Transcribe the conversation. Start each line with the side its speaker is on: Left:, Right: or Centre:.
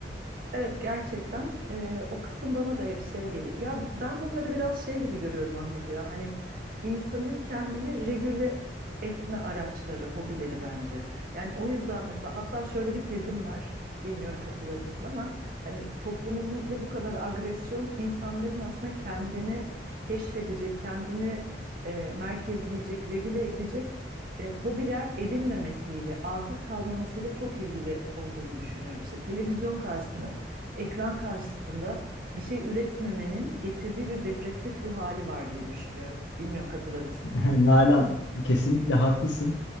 Right: Evet gerçekten e, o kısım bana da hep şey geliyor. Ya ben bunları biraz şey gibi görüyorum Ahmet ya. Hani insanın kendini regüle etme araçları, hobileri bence. Yani o yüzden mesela hatta şöyle bir tezim var. Bilmiyorum katılır mısın ama hani toplumumuzda bu kadar agresyon insanların aslında kendini keşfedecek, kendini e, merkezleyecek, regüle edecek e, hobiler edinmemesiyle, atıl kalmamasıyla çok ilgili olduğunu düşünüyorum. İşte televizyon karşısında ekran karşısında bir şey üretmemenin getirdiği bir depresif ruh hali var diye düşünüyorum. Bilmiyorum katılır mısın?
Left: <laughs> Nalan kesinlikle haklısın.